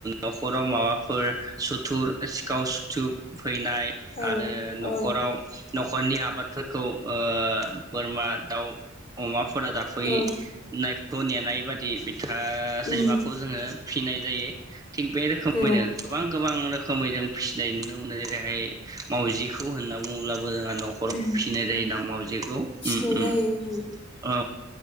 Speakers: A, on the right; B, on the left.
A: नखराव माबाफोर सुथुर सिखाव सुथु फैनाय
B: औ
A: आरो नखराव
B: औ
A: नखरनि आबाद फोरखौ ओ बोरमा, दाउ अमाफो फोरा जाफैनायखौ
B: औ
A: नेनाय बायदि बिद था
B: उम
A: सैमा खौ जोङो फिनाय जायो। थिग बे रोखोमैनो
B: औ
A: गोबां गोबां रोख खोमै जों फिसिनाय नुनो मोनो जेरैहाय मावजिखौ होनना बुङोब्ला बो जोंहा नखराव
B: उम
A: फिसिनाय
B: उम
A: जायोना मावजिखौ
B: फिसिनाय
A: उम
B: जायो
A: उम
B: उम
A: औ।